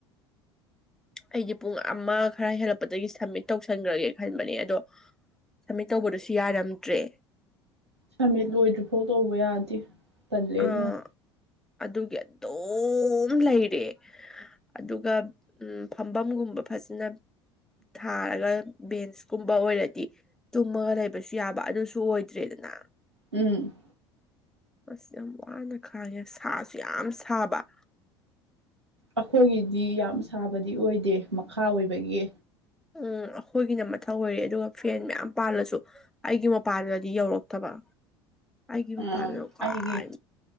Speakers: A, in the centre; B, on the right (about 85°).
A: ꯑꯩꯗꯤ ꯄꯨꯡ ꯑꯃ ꯈꯔ ꯍꯦꯜꯂꯛꯄꯗꯒꯤ ꯁꯝꯃꯤꯠ ꯇꯧꯁꯟꯈ꯭ꯔꯒꯦ ꯈꯟꯕꯅꯦ ꯑꯗꯣ ꯁꯝꯃꯤꯠ ꯇꯧꯕꯗꯨꯁꯨ ꯌꯥꯔꯝꯗ꯭ꯔꯦ
B: ꯁꯃꯤꯠ ꯂꯣꯏꯗ꯭ꯔꯤꯐꯥꯎ ꯇꯧꯕ ꯌꯥꯗꯦ ꯇꯜꯂꯦ
A: ꯑꯥ
B: ꯑꯗꯨꯅ
A: ꯑꯗꯨꯒꯤ ꯑꯗꯨꯝ ꯂꯩꯔꯦ ꯑꯗꯨꯒ ꯎꯝ ꯐꯝꯕꯝꯒꯨꯝꯕ ꯐꯖꯅ ꯊꯥꯔꯒ ꯕꯦꯟꯁꯀꯨꯝꯕ ꯑꯣꯏꯔꯗꯤ ꯇꯨꯝꯃꯒ ꯂꯩꯕꯁꯨ ꯌꯥꯕ ꯑꯗꯨꯁꯨ ꯑꯣꯏꯗ꯭ꯔꯦꯗꯅ
B: ꯎꯝ
A: ꯑꯁ ꯌꯥꯝ ꯋꯥꯅ ꯈꯡꯉꯦ ꯁꯥꯁꯨ ꯌꯥꯝ ꯁꯥꯕ
B: ꯑꯩꯈꯣꯏꯒꯤꯗꯤ ꯌꯥꯝ ꯁꯥꯕꯗꯤ ꯑꯣꯏꯗꯦ ꯃꯈꯥ ꯑꯣꯏꯕꯒꯤ
A: ꯎꯝ ꯑꯩꯈꯣꯏꯒꯤꯅ ꯃꯊꯛ ꯑꯣꯏꯔꯦ ꯑꯗꯨꯒ ꯐꯦꯟ ꯃꯌꯥꯝ ꯄꯥꯜꯂꯁꯨ ꯑꯩꯒꯤ ꯃꯄꯥꯟꯗꯗꯤ ꯌꯧꯔꯛꯇꯕ ꯑꯩꯒꯤ
B: ꯎꯝ
A: ꯃꯄꯥꯥꯟꯗ ꯈꯨꯋꯥꯏ
B: ꯑꯩꯒꯤ